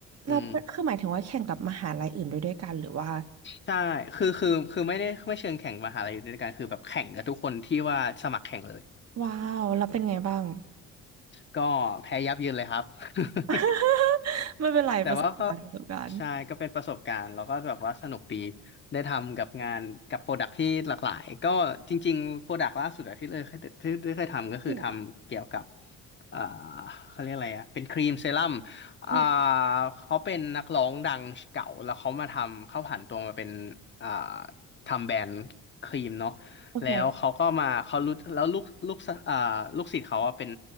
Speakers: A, on the right; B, on the left.
A: เราเป็นคือหมายถึงว่าแข่งกับมหาลัยอื่นด้วยด้วยกันหรือว่า
B: อืมใช่คือคือคือไม่ได้ไม่เชิงแข่งมหาลัยอยู่ด้วยกันคือแบบแข่งกับทุกคนที่ว่าสมัครแข่งเลย
A: ว้าวเราเป็นไงบ้าง
B: ก็แพ้ยับเยินเลยครับ <laughs>
A: <laughs> ไม่ <laughs> เป็นไรประสบการณ์ประสบการณ์
B: แต่ว่าก็ใช่ก็เป็นประสบการณ์แล้วก็แบบว่าสนุกดีได้ทำกับงานกับโปรดักที่หลากหลายก็จริงๆโปรดักล่าสุดอะที่เลยเคยที่ที่เคยทำก็คือทำเกี่ยวกับ
A: อืม
B: อ่าเขาเรียกอะไรอะเป็นครีมเซรั่มอ่า
A: อืม
B: เขาเป็นนักร้องดังเก่าแล้วเขามาทำเขาผันตัวมาเป็นอ่าทำแบรนด์ครีมเนาะ
A: โอเค
B: แล้วเขาก็มาเขารู้แล้วลูกลูกสะอ่าลูกศิษย์เขาอะเป็น